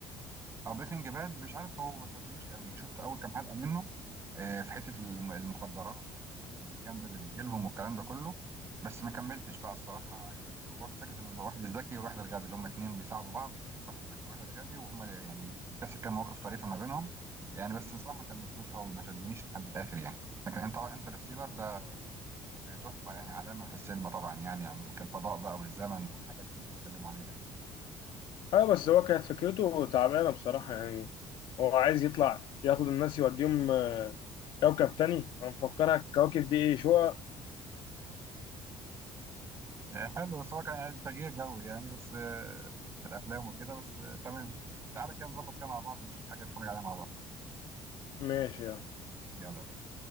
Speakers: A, on the right; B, on the left.
A: او بريكنج باد مش عارف هو ما شدنيش قوي شفت اول كام حلقه منه آه، في حته الم- المخدرات والفلوس الجامده اللي بتجيلهم والكلام ده كله بس ما كملتش بقى الصراحه يعني وبرضه فكره الواحد الذكي والواحد الغبي اللي هم اتنين بيساعدوا بعض واحد ذكي وواحد غبي وهم يعني بتحصل كام مواقف طريفه ما بينهم يعني بس الصراحه ما كملتوش قوي ما شدنيش لحد الاخر يعني لكن انت انترستيلر ده آه، تحفه يعني علامه في السينما طبعا يعني, يعني كالفضاء بقى والزمن والحاجات اللي بيتكلموا عليها دي
B: ايوه بس هو كانت فكرته تعبانه بصراحه يعني هو عايز يطلع ياخد الناس يوديهم آه، كوكب تاني هنفكرها الكواكب دي ايه شقق
A: آه، حلو بس هو كان يعني تغيير جو يعني بس آه، في الافلام وكده بس آه، تمام تعالى كده نظبط كده مع بعض نشوف حاجه نتفرج عليها مع بعض
B: ماشي يعني.
A: يلا يا باشا